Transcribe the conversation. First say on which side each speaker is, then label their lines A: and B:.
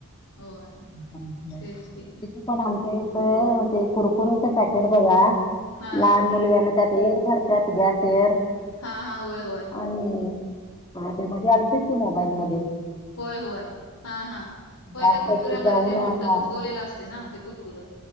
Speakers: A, on the left; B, on the left.
A: होय
B: ठीक आहे.
A: तेच की
B: पण आमच्या इथ ते कुरकुर पॅकेट बघा
A: हा
B: लहान
A: हा हा
B: मुलगीना त्यात एर भरतात गॅस एर
A: हा हा होय होय.
B: आणि हा त्यामध्ये आलतंय की मोबाईलमध्येध्ये
A: होय होय हा हा होय
B: गॅस
A: त्या कुरकुऱ्यामध्ये
B: पैसे जाऊन
A: ते मोठं
B: बा
A: फुगवलेलं असत. ना ते कुरकु